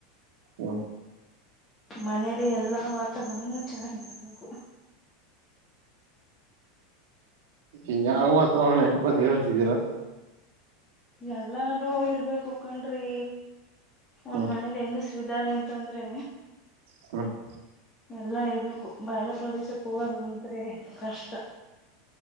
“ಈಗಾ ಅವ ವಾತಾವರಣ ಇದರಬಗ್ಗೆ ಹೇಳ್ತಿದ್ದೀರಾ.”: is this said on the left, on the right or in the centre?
Right